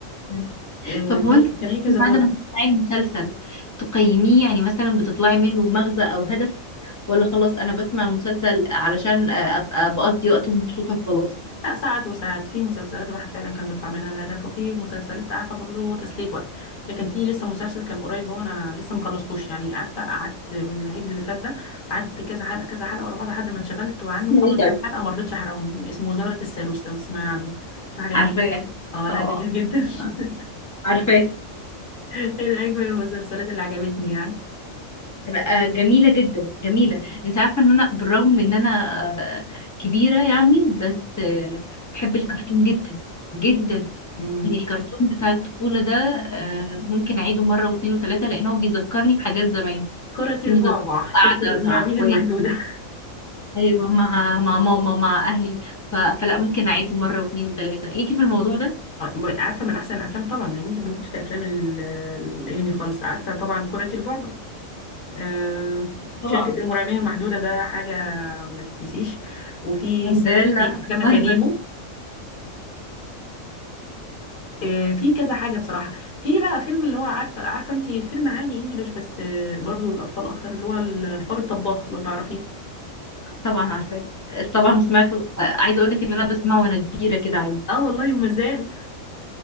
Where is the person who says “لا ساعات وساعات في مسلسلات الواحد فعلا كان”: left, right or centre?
Left